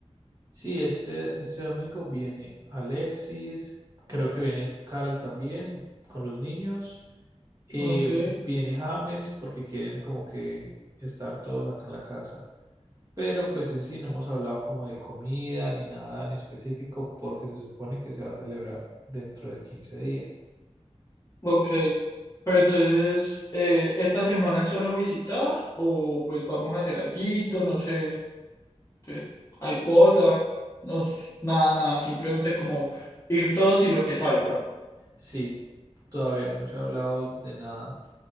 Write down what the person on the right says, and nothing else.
Sí, este, este domingo viene Alexis, creo que viene Carol también con los niños. eh,
viene James porque quieren como que estar todos acá en la casa. Pero pues en sí no hemos hablado como de comida ni nada en específico porque se supone que se va a celebrar dentro de quince días.
Yo
creo- que
Sí, todavía no se ha hablado de nada.